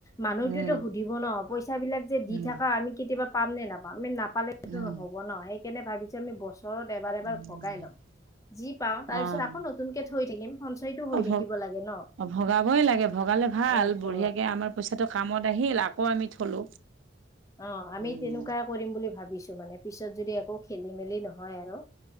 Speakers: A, on the left; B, on the right.
A: মানুহটোৱেতো
B: উম।
A: সুধিব ন'! পইচা বিলাক যে দি
B: উম,
A: থাকা, আমি কেতিয়াবা পাম নে নাপাম! আমি, নাপালেতো
B: উম,
A: নহ'ব ন'! সেইকাৰণে, ভাবিছোঁ আমি, ব বছৰত এবাৰ-এবাৰ
B: উম।
A: ভগাই ল'ম। যি পাওঁ, তাৰ
B: অ'
A: পিছত, আকৌ নতুনকে থৈ থাকিম। সঞ্চয়টো হৈ
B: অ'!
A: থাকিব লাগে ন
B: ভ-ভগাবই লাগে, ভগালে ভাল!
A: এ
B: বঢ়িয়াকে,
A: অ
B: আমাৰ পইচাটো কামত আহি হিল। আকৌ আমি থলো।
A: অ'! আমি
B: উম।
A: তেনেকুৱাই কৰিম বুলি ভাবিছোঁ! মানে। পিছত, যদি আকৌ খেলি-মেলি নহয় আৰু।